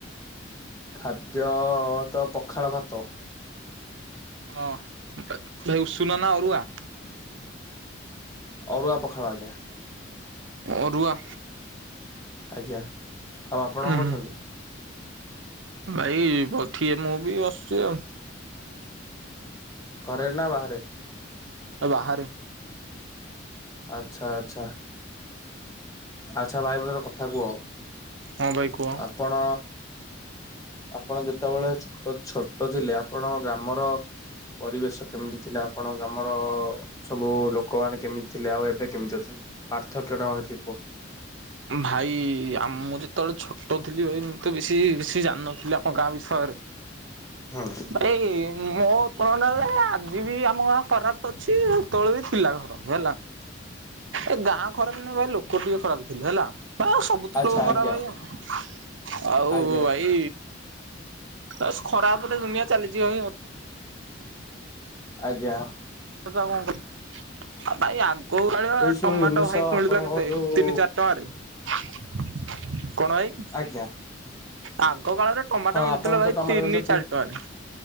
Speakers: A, on the left (about 15°); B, on the right (about 75°).
A: ଖାଦ୍ୟ ତ ପଖାଳ ଭାତ।
B: ହଁ ଭାଇ ଉଷୁନା ନା ଅରୁଆ।
A: ଅରୁୁଆ ପଖାଳ ଆଜ୍ଞା।
B: ଅରୁଆ।
A: ଆଜ୍ଞା ଆଉ ଆପଣ କଣ
B: ଉଁ
A: କରୁଛନ୍ତି।
B: ହୁଁ। <inaudible>
A: ଘରେ ନା ବାହାରେ।
B: ଆ ବାହାରେ।
A: ଆଚ୍ଛା ଆଚ୍ଛା। ଆଚ୍ଛା ଭାଇ ମତେ ଗୋଟେ କଥା କୁହ?
B: ହଁ ଭାଇ କୁହ।
A: ଆପଣ ଆପଣ ଯେତେବେଳେ ଛୋ ଛୋଟ ଥିଲେ ଆପଣଙ୍କ ଗ୍ରାମର ପରିବେଶ କେମିତି ଥିଲା? ଆପଣ ଗ୍ରାମର ସବୁ ଲୋକମାନେ କେମିତି ଥିଲେ ଆଉ ଏବେ କେମିତି ଅଛନ୍ତି? ପାର୍ଥକ୍ୟଟା ମତେ ଟିକେ କୁ
B: ଭାଇ ଆମ ମୁଁ ଯେତେବେଳେ ଛୋଟ ଥିଲି ଭାଇ ମୁଁ ତ ବେଶୀ ବେଶୀ ଜାଣିନଥିଲି ଆମ ଗାଁ ବିଷୟରେ
A: ହଁ
B: ଏଇ ମୋ ଫୋନ ରେ ଆଜି ବି ଆମ ଗାଁ ଖରାପ ତ ଅଛି ସେତେବେଳେ ବି ଥିଲା ଖରାପ ହେଲା
A: <unintelligible>
B: ଏ ଗାଁ ଖରାପ ନୁହଁ ଭାଇ ଲୋକ ଟିକେ ଖରାପ ଥିଲେ ହେଲା। ଆ ସବୁଠୁ
A: ଆଚ୍ଛା
B: ଖରାପ
A: ଆଜ୍ଞା
B: ଭଇ ଆଉ, ଆଉ
A: ଆଜ୍ଞା
B: ଭାଇ ବାଶ ଖରାପ ରେ ଦୁନିଆ ଚାଲିଯିବ ଭାଇ ଆଉ।
A: ଆଜ୍ଞା
B: ତ ଆଉ କଣ କର ଭାଇ ଆ କୋଉ ଭଳିଆ
A: ଏଇ ସବୁ
B: ଟମାଟୋ
A: ଜିନିଷ
B: ଭାଇତ
A: ଆପଣଙ୍କ
B: ମିଳୁଥିଲା କେତେ
A: ଯୋଉ
B: ତିନି ଚାରି ଟଙ୍କାରେ। କଣା ଭାଇ?
A: ଆଜ୍ଞା
B: ଆଗ କାଳରେ ଟମାଟୋ
A: ହଁ
B: ମିଳୁଥିଲା
A: ଆପଣ
B: ଭାଇ
A: ତ ଟମାଟୋ
B: ତିନି
A: ବୋଲେ ତ
B: ଚାରି ଟଙ୍କାରେ।